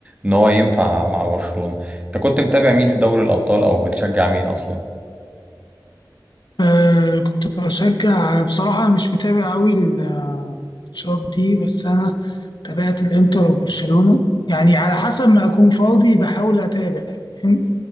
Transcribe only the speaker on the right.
ان هو ينفع مع برشلونة انت كنت متابع مين في دوري الابطال او بتشجع مين اصلا